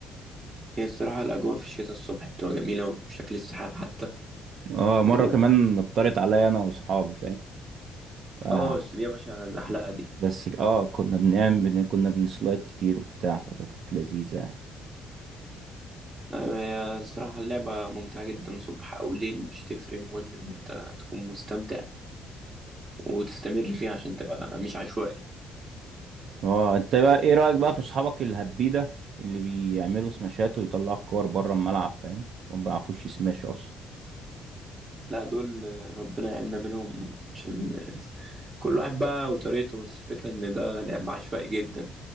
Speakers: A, on the right; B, on the right.
A: هي الصراحة الأجواء في الشتاء الصبح بتبقى جميلة وشكل السحاب حتى
B: اه
A: و...
B: مرة كمان نطرت عليا انا واصحابي فاهم
A: اه بس دي يا باشا الأحلقة دي
B: بس اه كنا بنعمل بن- كنا بنسلايد كتير وبتاع فكانت لذيذة يعني
A: أيوة، هي الصراحة اللعبة ممتعة جدا صبح أو ليل مش تفرق المهم إن أنت تكون مستمتع وتستمر فيها عشان تبقى مش عشوائي
B: اه انت بقى ايه رأيك بقى في اصحابك الهبيدة اللي بيعملوا سماشات ويطلعوا الكور بره الملعب فاهم وما بيعرفوش يسماش اصلا
A: لا دول ربنا يعيننا منهم عشان كل واحد بقى وطريقته بس الفكرة ان ده لعب عشوائي جدا